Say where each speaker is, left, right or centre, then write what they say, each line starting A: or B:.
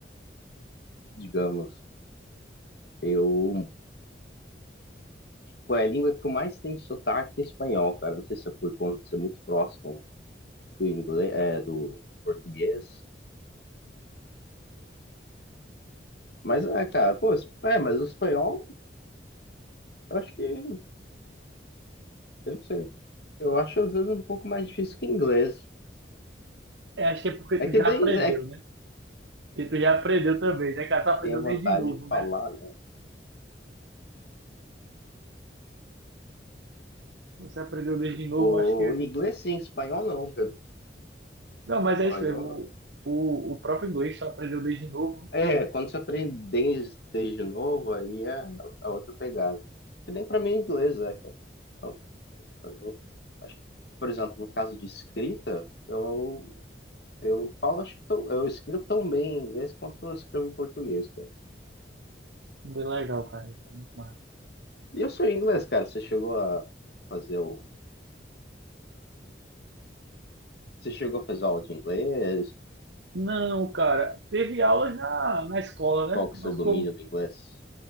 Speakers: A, on the left; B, on the right.
A: digamos, eu, foi a língua que eu mais tenho sotaque é espanhol, cara. Não sei se é por conta de ser muito próximo do inglês, é, do português. Mas, é, cara, pô, es- é, mas o espanhol, eu acho que, eu não sei, eu acho às vezes um pouco mais difícil que inglês.
B: É, acho que é porque tu
A: É que
B: já
A: daí,
B: aprendeu,
A: é
B: né? Porque tu já aprendeu também, né, cara? Tu aprendeu
A: tenha vontade
B: desde novo,
A: de falar,
B: né?
A: né?
B: Você aprendeu desde novo,
A: O
B: acho que.
A: inglês sim, espanhol não, Pedro.
B: Não, mas
A: Espanhol
B: é isso mesmo.
A: não.
B: O, o, o próprio inglês tu aprendeu desde novo.
A: É, quando você aprende desde, desde novo, aí é, é outra pegada. Que nem pra mim é inglês, é, cara. Eu- eu- acho que, por exemplo, no caso de escrita, eu, eu falo, acho que tô- eu escrevo tão bem em inglês quanto eu escrevo em português, cara.
B: né? Bem legal, cara. Isso é muito massa.
A: E o seu inglês, cara? Você chegou a fazer o. Você chegou a fazer aula de inglês?
B: Não, cara, teve aulas na, na escola,
A: Qual
B: né?
A: que
B: Mas
A: é o seu domínio
B: como
A: do inglês?